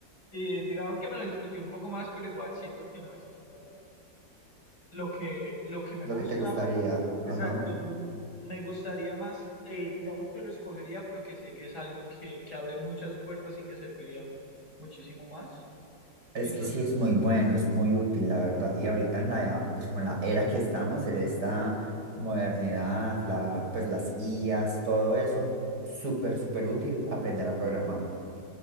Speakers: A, on the left; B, on the right.
A: Y digamos que me lo disfruté un poco más, pero igual siento que no es como lo que, lo que me
B: Lo
A: gusta.
B: que te gustaría.
A: Exacto,
B: Ajá.
A: mm, me gustaría más, eh, digamos que lo escogería porque sé que es algo que, que abre muchas puertas y que serviría mu- muchísimo más.
B: Es
A: Entonces,
B: que sí es muy bueno, es muy útil, la verdad. Y ahorita en la, pues como en la era que estamos, en esta modernidad, la, pues las IAs, todo eso, súper, súper útil aprender a programar.